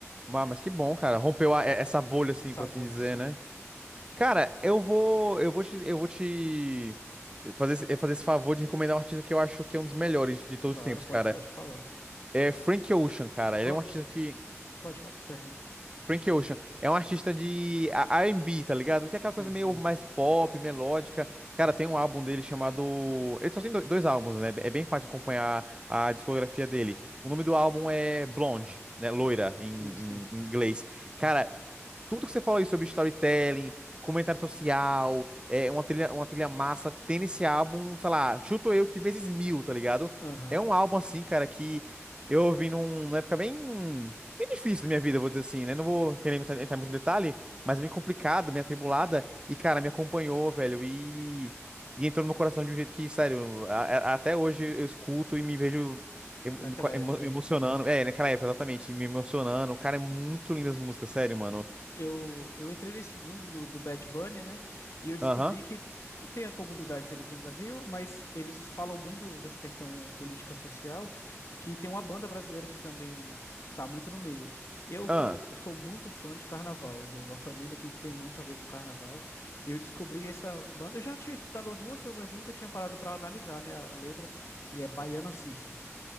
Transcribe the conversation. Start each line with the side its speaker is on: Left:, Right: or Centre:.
Right: Ah, Mas que bom, cara, rompeu a- essa bolha, assim,
Left: E Sabolio,
Right: por assim dizer,
Left: sim.
Right: né? Cara, eu vou, eu vou te, eu vou te fazer, esse- fazer esse favor de recomendar um artista que eu acho que é um dos melhores de todos
Left: Claro,
Right: os tempos, cara.
Left: pode, pode falar.
Right: É Frank Ocean, cara. Ele
Left: Proc,
Right: é um artista que
Left: pode falar, termine.
Right: Frank Ocean é um artista de A- R&B, tá ligado? Que é aquela
Left: Sim,
Right: coisa meio
Left: sim.
Right: mais pop, melódica. Cara, tem um álbum dele chamado. Ele só tem do- dois álbuns, né? É bem fácil de acompanhar a discografia dele. O nome do álbum é Blonde, né? Loira em,
Left: Sim, sim.
Right: em em inglês. Cara,
Left: Aham.
Right: tudo que você falou aí sobre storytelling, comentário social, é, uma trilha, uma trilha massa, tem esse álbum, sei lá, chuto eu que vezes mil, tá ligado?
Left: Aham.
Right: É um álbum assim, cara, que eu ouvi num- numa época bem, bem difícil da minha vida, vou dizer assim, né? Não vou querer entrar entrar muito em detalhe, mas bem complicada, bem atribulada, e, cara, me acompanhou, velho, e, e entrou no meu coração de um jeito que, sério, a- a- até hoje eu escuto e me vejo. emo-
Left: Naquela
Right: Me
Left: época.
Right: emo- me emocionando, é, naquela época, exatamente,
Left: Sim, sim.
Right: me emocionando. Cara, é muito lindas as músicas, sério, mano.
Left: eu, eu entrei nesse mundo do, do Bad Bunny, né? E eu descobri
Right: Aham.
Left: que tem a comunidade dele aqui no Brasil, mas eles falam muito dessa questão política social, que tem uma banda brasileira que também tá muito no meio. Eu
Right: Ah.
Left: sou, eu sou muito fã de carnaval, eu venho de uma família que tem muito a ver com carnaval. E eu descobri essa banda. Eu já tinha escutado umas músicas, mas nunca tinha parado pra analisar, né, a, a letra. E é Baiana System.